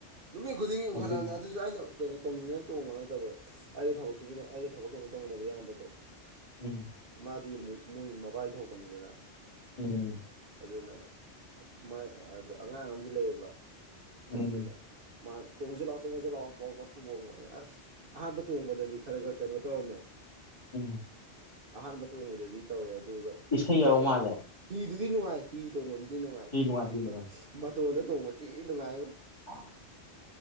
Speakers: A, on the right; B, on the left.
A: ꯅꯨꯃꯤꯠ ꯈꯨꯗꯤꯡꯒꯤ
B: ꯍꯥꯏꯖꯤꯟꯕ
A: ꯎꯈꯠꯂꯛꯑꯃꯦ ꯑꯗꯨ ꯑꯩꯅ ꯀꯩꯅꯣ ꯇꯣꯡꯅꯤꯡꯗꯅ ꯇꯣꯡꯕ ꯅꯠꯇꯕ ꯑꯩꯒꯤ ꯊꯕꯛ ꯁꯨꯃꯤꯟ ꯑꯩꯒ ꯊꯕꯛ ꯀꯩꯅꯣ ꯇꯧꯃꯤꯟꯅꯕ ꯏꯌꯥꯟꯕꯗꯣ
B: ꯎꯝ
A: ꯃꯥꯗꯤ ꯑꯃꯨꯛ ꯃꯣꯏ ꯃꯕꯥꯏ ꯊꯣꯛꯄꯅꯤꯗꯅ
B: ꯎꯝ
A: ꯑꯗꯨꯅ ꯃꯥꯏ ꯑꯗꯥ ꯑꯉꯥꯡ ꯑꯃꯁꯨ ꯂꯩꯌꯦꯕ
B: ꯎꯝ
A: ꯑꯗꯨꯅ ꯃꯥꯅ ꯇꯨꯡꯉꯁꯤ ꯂꯥꯛꯑꯣ ꯇꯨꯡꯉꯁꯤ ꯂꯥꯎꯑꯣ ꯀꯧꯔꯛꯑ ꯇꯣꯡꯕꯅꯦ ꯑꯁ ꯑꯍꯥꯟꯕ ꯇꯣꯡꯕꯗꯗꯤ ꯈꯔ ꯈꯔ ꯀꯩꯅꯣ ꯇꯧꯔꯝꯃꯦ
B: ꯎꯝ
A: ꯑꯍꯥꯟꯕ ꯇꯣꯡꯕꯗꯗꯤ ꯇꯧꯋꯦ ꯑꯗꯨꯒ
B: ꯏꯁꯩ
A: ꯍꯤꯒ
B: ꯌꯥꯎ ꯃꯥꯜꯂꯦ
A: ꯍꯤꯗꯨꯗꯤ ꯅꯨꯡꯉꯥꯏ ꯍꯤ ꯇꯣꯡꯕꯗꯨꯗꯤ ꯅꯨꯡꯉꯥꯏ
B: ꯁꯤ
A: ꯍꯤꯗꯨꯗꯤ
B: ꯁꯤ
A: ꯃ
B: ꯅꯨꯡꯉꯥꯏ
A: ꯃꯇꯣꯟꯗ ꯇꯣꯡꯕ ꯊꯤ ꯅꯨꯡꯉꯥꯏꯕꯣ
B: <unintelligible>